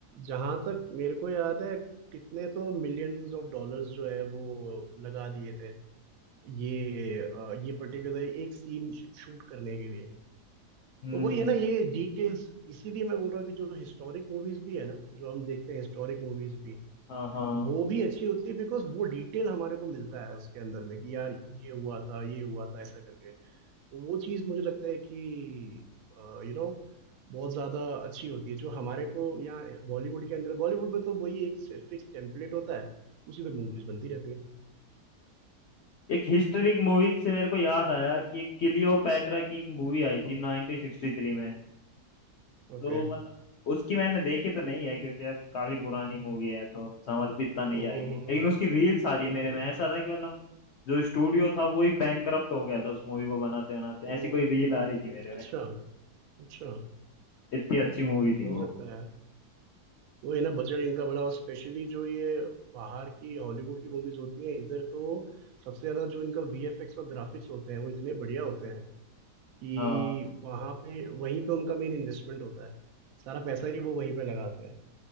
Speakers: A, on the right; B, on the left.
A: जहां तक मेरे को याद है कितने तो मिलियंस ऑफ डॉलर्स जो है वो लगा दिए थे ये अ, ये पर्टिकुलर एक सीन शूट करने के लिए
B: हम्म
A: तो वही है ना ये डिटेल्स इसीलिए मैं बोल रहा हूँ कि जो हिस्टोरिक मूवीज भी है ना जो हम देखते हैं हिस्टोरिक मूवीज भी
B: हाँ हाँ
A: वो भी अच्छी होती है बिकॉज वो डिटेल हमारे को मिलता है उसके अंदर में कि यार ये हुआ था ये हुआ था ऐसा करके वो चीज मुझे लगता है कि यू नो बहुत ज्यादा अच्छी होती है जो हमारे को यहाँ बॉलीवुड के अंदर बॉलीवुड में तो वही एक फिक्स टेम्पलेट होता है उसी पे मूवीज बनती रहती है
B: एक हिस्टोरिक मूवी से मेरे को याद आया कि एक क्लियोपैट्रा की एक मूवी आई थी 1963 में
A: ओके
B: तो मतलब उसकी मैंने देखी तो नहीं है क्योंकि अब काफी पुरानी मूवी है तो समझ भी इतना नहीं
A: हम्म
B: आएगी
A: हम्म
B: लेकिन
A: हम्म
B: उसकी रील सारी मेरे
A: हम्म
B: में
A: हम्म
B: ऐसा था कि मतलब जो स्टूडियो था वो ही बैंकरप्ट हो गया था उस मूवी को बनाते बनाते
A: हम्म,
B: ऐसी कोई
A: हम्म,
B: रील आ रही
A: हम्म।
B: थी मेरे में
A: अच्छा अच्छा
B: इतनी अच्छी मूवी थी
A: हो
B: वो
A: सकता है यार वो है ना बजट इनका बड़ा और स्पेशली जो ये बाहर की हॉलीवुड की मूवीज होती हैं इधर तो सबसे ज्यादा जो इनका वीएफएक्स और ग्राफिक्स होते हैं वो इतने बढ़िया होते हैं कि
B: हाँ
A: वहां पे वहीं पे उनका मेन इन्वेस्टमेंट होता है सारा पैसा ही वो वहीं पे लगाते हैं